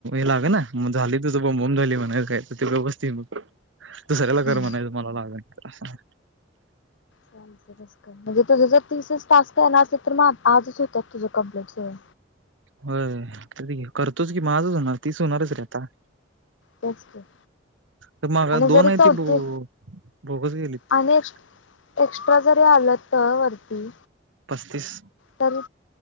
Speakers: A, on the right; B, on the left.
A: लागणा. ली तुझं बोंबाबोम झाली म्हणायचं, काय तर ती <unintelligible> दुसऱ्याला कर
B: हम्म
A: म्हणायचं मला लागना. असं म्हण.
B: चालतंय तसं कर, म्हणजे तुझं जर तीसच टास्क झाले असेल तर मग आ आजच होतात तुझ कंप्लीट सगळं.
A: होय, करतोच की म आजच होणार, तीस होणारच रे आता.
B: तेच की.
A: तर मगा,
B: आणि
A: दोन
B: जरी
A: आहे
B: चौथी
A: ती बो भोगस गेलीत.
B: आणि एक्स एक्स्ट्रा जरी आलं तर वरती.
A: पस्तीस
B: तर